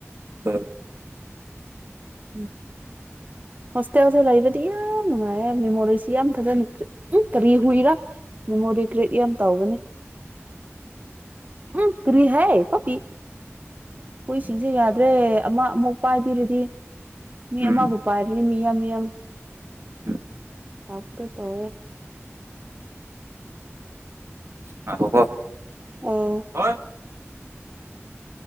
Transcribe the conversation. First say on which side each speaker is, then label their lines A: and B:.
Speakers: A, on the right; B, on the right.
A: ꯎꯝ
B: ꯎꯝ ꯍꯣꯁꯇꯦꯜ ꯁꯨ ꯂꯩꯕꯗꯤ ꯌꯥꯝ ꯅꯨꯡꯉꯥꯏ ꯌꯦ ꯃꯦꯃꯣꯔꯤꯁꯤ ꯌꯥꯝ ꯐꯖꯅ ꯎ ꯀꯔꯤ ꯍꯨꯏꯔꯥ ꯃꯦꯃꯣꯔꯤ ꯀ꯭ꯔꯤꯠ ꯌꯥꯝ ꯇꯧꯒꯅꯤ ꯎꯝ ꯀ꯭ꯔꯤꯍꯦ ꯄꯞꯄꯤ ꯍꯨꯏꯁꯤꯡꯁꯦ ꯌꯥꯗ꯭ꯔꯦ ꯑꯃ ꯑꯃꯨꯛ ꯄꯥꯏꯕꯤꯔꯗꯤ ꯃꯤ
A: ꯎꯝ
B: ꯑꯃꯕꯨ ꯄꯥꯏꯔꯗꯤ ꯃꯤ ꯌꯥꯝ ꯌꯥꯝ
A: ꯎꯝ
B: <unintelligible> ꯇꯧꯋꯦ
A: ꯉꯥꯏꯈꯣꯀꯣ
B: ꯑꯣ
A: ꯍꯣꯏ